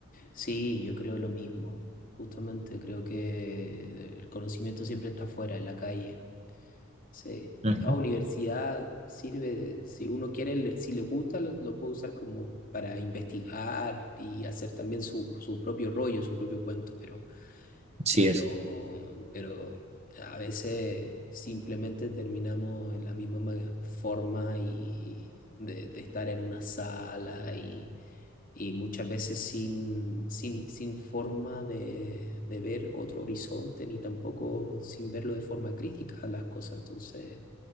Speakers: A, on the left; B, on the right.
A: Sí, yo creo lo mismo. Justamente creo que el conocimiento siempre está fuera, en la calle. Sí.
B: Ujú,
A: La universidad sirve, si uno quiere, le- si le gusta, lo, lo puede usar como para investigar y hacer también su, su propio rollo, su propio cuento, pero,
B: Así
A: pero,
B: es,
A: pero a veces simplemente terminamos en la misma ma- forma y de, de estar en una sala y, y muchas veces sin, sin, sin forma de, de ver otro horizonte ni tampoco sin verlo de forma crítica a las cosas. Entonces...